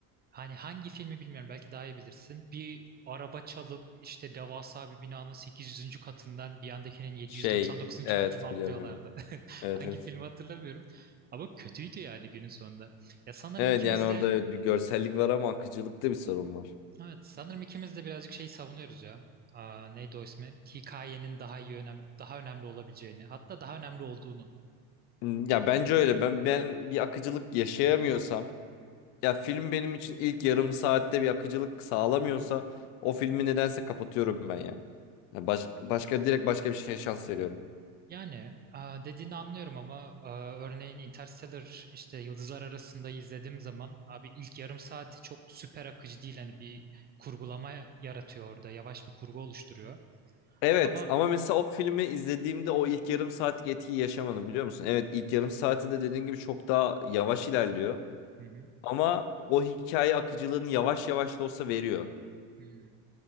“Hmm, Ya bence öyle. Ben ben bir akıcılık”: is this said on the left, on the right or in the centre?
Left